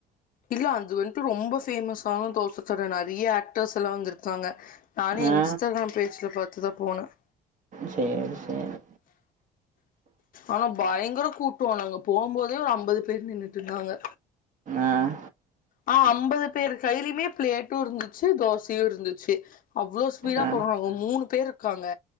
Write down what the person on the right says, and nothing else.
ஆ
சேரி சேரி
ஆஹ்
ஆ